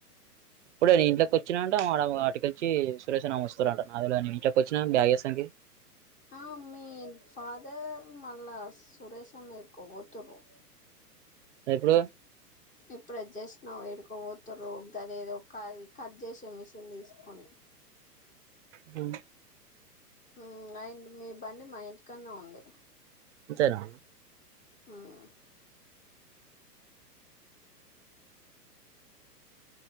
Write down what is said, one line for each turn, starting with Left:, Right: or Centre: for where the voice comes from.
Right: ఇప్పుడే నేను ఇంట్లోకి వచ్చినా అంట ఆడ అటుకొచ్చి సురేష్ అన్న వస్తారంట నాకు తెలవదు నేను ఇంట్లోకి వచ్చినా బ్యాగ్ ఏస్తానికి
Left: ఆ మీ ఫాదర్ మళ్ళ సురేష్ అన్న ఏడికో పోతుర్రు
Right: ఎప్పుడు
Left: ఇప్పుడే జస్ట్ నౌ ఏడుకో పోతురు గది ఏదో కట్ చేసే మిషన్ తీసుకొని
Right: హ్మ్
Left: హ్మ్ మా ఇం మీ బండి మా ఇంటికాడ్నే ఉంది
Right: అంతేనా
Left: హ్మ్